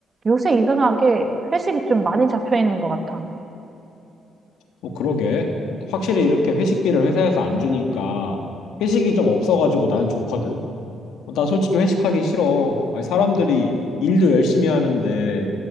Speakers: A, on the right (about 35°); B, on the left (about 80°).
A: 요새 이상하게 회식이 좀 많이 잡혀 있는 것 같아.
B: 어, 그러게. 확실히 이렇게 회식비를 회사에서 안 주니까 회식이 좀 없어가지고 나는 좋거든. 어, 난 솔직히 회식하기 싫어. 아니, 사람들이 일도 열심히 하는데